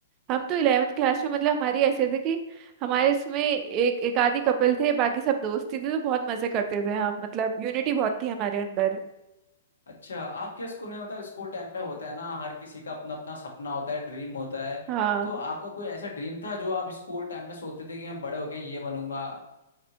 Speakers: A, on the right; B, on the left.
A: हम तो इलेवेंथ क्लास में मतलब हमारी ऐसे थे कि हमारे इसमें एक एक आधी कपल थे बाकी सब दोस्ती थी तो बहुत मजे करते थे हम मतलब यूनिटी बहुत थी हमारे अंदर
B: अच्छा आपके स्कूल में मतलब स्कूल टाइम पे होता है ना हर किसी का अपना अपना सपना होता है ड्रीम होता है
A: हाँ
B: तो आपका कोई ऐसा ड्रीम था जो आप स्कूल टाइम में सोचते थे कि मैं बड़े होके ये बनूंगा